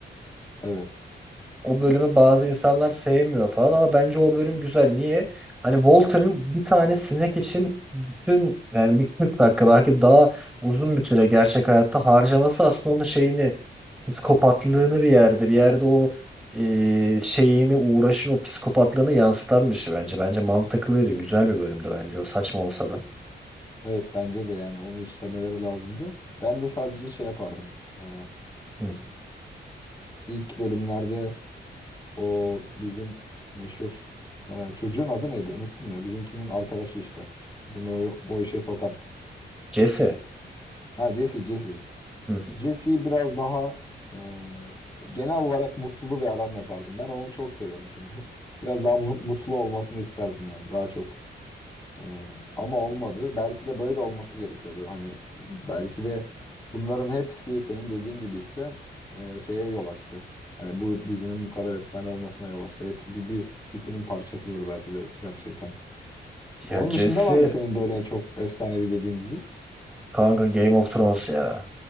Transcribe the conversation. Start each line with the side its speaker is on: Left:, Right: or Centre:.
Left: Evet.
Centre: o bölümü bazı insanlar sevmiyor falan ama bence o bölüm güzel. Niye? Hani Walter'ın bir tane sinek için bütün yani bir 40 dakika belki daha uzun bir süre gerçek hayatta harcaması aslında onun şeyini psikopatlığını bir yerde bir yerde o e, şeyini uğraşın o psikopatlığını yansıtan bir şey bence. Bence mantıklıydı. Güzel bir bölümdü bence. O saçma olsa da.
Left: Evet bence de yani onu işlemeleri lazımdı. Ben de sadece şey yapardım. Ee,
Centre: Hı.
Left: ilk bölümlerde O bizim meşhur e, çocuğun adı neydi? Unuttum ya. Bizimkinin arkadaşı işte. Bunu o işe sokan.
Centre: Jesse.
Left: Ha Jesse, Jesse.
Centre: Hı.
Left: Jesse'yi biraz daha e, genel olarak mutlu bir adam yapardım. Ben onu çok seviyorum çünkü. Biraz daha mu- mutlu olmasını isterdim yani. Daha çok Hmm, Ama olmadı. Belki de böyle olması gerekiyordu. Hani belki de bunların hepsi senin dediğin gibi işte e, şeye yol açtı. Hani bu dizinin bu kadar efsane olmasına yol açtı. Hepsi bir, bir bütünün parçasıdır belki de gerçekten. Onun
Centre: Ya Jesse
Left: dışında var mı senin böyle çok efsanevi dediğin dizi?
Centre: kanka Game of Thrones ya.